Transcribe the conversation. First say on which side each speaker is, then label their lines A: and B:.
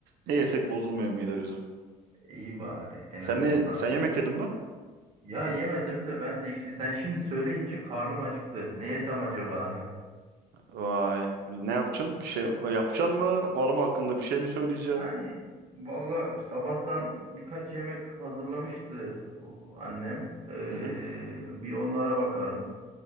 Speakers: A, on the right (about 70°); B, on the right (about 35°).
A: ne yesek bozulmuyor mide bizim.
B: İyi bari en
A: Sen
B: azından.
A: ne, sen yemek yedin mi?
B: Ya yemedim de ben de işte sen şimdi söyleyince karnım acıktı. Ne yesem acaba? <laughs>
A: Vay. Ne yapacaksın? Bir şey e, yapacaksın mı? Var mı hakkında bir şey mi söyleyeceksin?
B: Yani valla sabahtan birkaç yemek hazırlamıştı o annem. Ee,
A: Hı hı.
B: bir onlara bakarım.